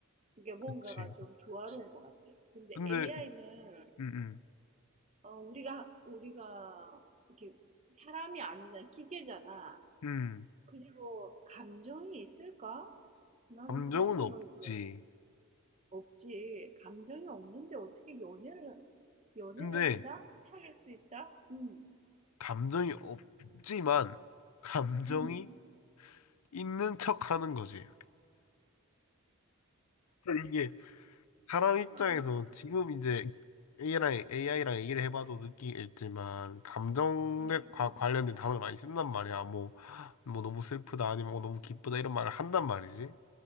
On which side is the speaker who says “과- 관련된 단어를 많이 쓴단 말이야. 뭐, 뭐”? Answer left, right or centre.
Left